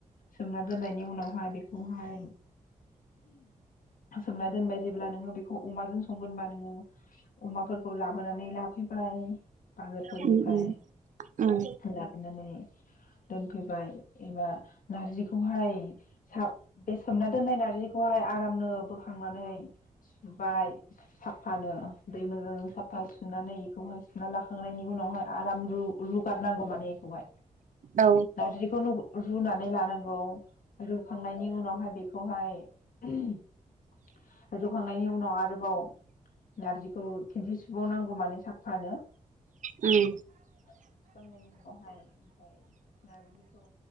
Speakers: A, on the left; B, on the right.
A: सोमनानै दोननायनि उनावहाय बे खौहाय सोमना दोनबाय जेब्ला नोङो बे खौ अमाजों संगोनबा नोङो अमाफोरखौ लाबोनानै लाफैबाय बाजारफोरनिफ्राय
B: उम उम
A: लाबोनानै दोनफैबाय एबा नारजिखौहाय सा बे सोमना दोननाय नारजिखौहाय आरामनो बोखांनानै सुबाय साफानो दै मोजां साफा सुनानै बेखौहाय सुना लाखांनायनि उनावहाय आराम रु रुगारनांगौ माने एखौहाय
B: उम औ
A: नारजिखौ रुनानै लानांगौ रुखांनायनि उनावहाय बेखौहाय <unintelligible> रुखांनायनि उनाव आरो आरोबाव नारजिखौ खेनथि सुबावनांगौ मानो साफानो
B: उम
A: सुखांनायनि उनावहाय ओमफ्राय नारजिखौ